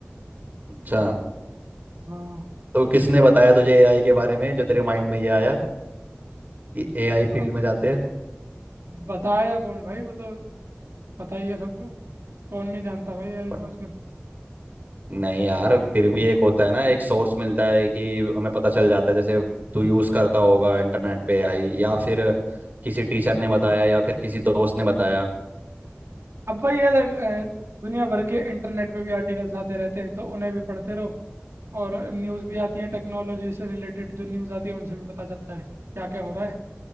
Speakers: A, on the right (about 45°); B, on the right (about 80°).
A: अच्छा
B: हाँ
A: तो किसने बताया तुझे एआई के बारे में जो तेरे माइंड में ये आया कि एआई फील्ड
B: अब
A: में जाते हैं
B: बताएगा कौन भाई वो तो पता ही है सबको कौन नहीं जानता भाई एआई
A: पर
B: को आजकल
A: नहीं यार फिर भी एक होता है ना एक सोर्स मिलता है कि हमें पता चल जाता है जैसे तू यूज करता होगा इंटरनेट पे एआई या फिर किसी टीचर ने बताया या फिर किसी दोस्त ने बताया
B: अब वही है देख, अ, दुनिया भर के इंटरनेट पे भी आर्टिकल्स आते रहते हैं तो उन्हें भी पढ़ते रहो और न्यूज़ भी आती है टेक्नोलॉजी से रिलेटेड जो न्यूज़ आती है उनसे भी पता चलता है क्या क्या हो रहा है